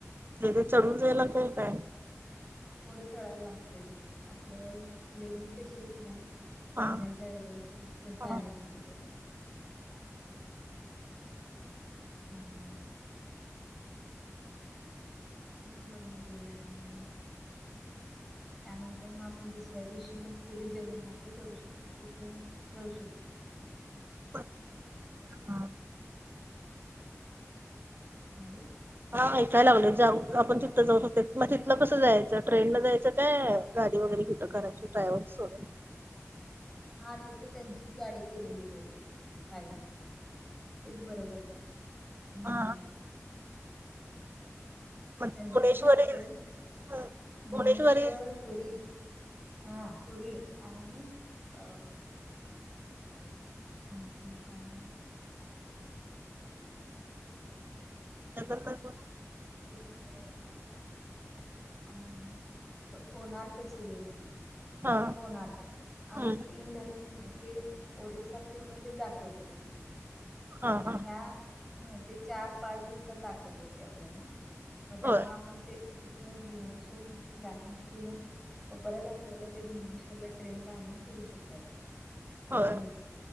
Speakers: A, on the right (about 40°); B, in the centre.
A: तिथे चढून गेला की काय.
B: थोडं चढायला लागतयं आपलं लेनी कशी येतीया.
A: हा
B: अजिंठा वेरूळ ची तसं
A: हा
B: आहे थोड ते ह आणि ते पण बघण्या जोग आहे. त्यानंतर मग आपण दुसऱ्या दिवशी मग पुरी जगन्नाथला जाऊ शको तिथं जाऊ शकतो.
A: हा.
B: हॅलो.
A: हा ऐकाय लागलोय जाऊन आपण तिथं जाऊ शकतोय मग तिथलं कसं जायचं ट्रेनल जायचं काय गाडी वगैरेे हित करायची ड्रायव्हरस <unintelligible>
B: हा तिथं त्यांचीच गाडी केलेली बरी कायम तेच बरं पडतय हम्म
A: हा मग
B: त्यांचं
A: भुवनेश्वरी
B: कसं असतंय
A: भुवनेश्वरी
B: भुवनेश्वर पुुरी हा पुरी आणि अ आणखी काय नाही.
A: त्या <unintelligible>
B: पुरी जगन्नाथ आणि कोणार का सूर्यमंदिर
A: हा
B: कोणार्क असं
A: हम्म
B: तीन धरुण कि नाही ते ओरिसा पूर्ण ते दाखवत्यात ती,
A: हा
B: मग
A: हा
B: ह्या हा ते चार पाच दिवसात दाखवत्यात ती आपल्याला. म त्यामुळे
A: होय
B: आपण ते तिथनच भुवनेश्वर मधनच गाडी घेतली ना म परत आपल्याला ते भुवनेश्वरला ट्रेन ला आणून सोडू शकतात, ती
A: होय
B: लोक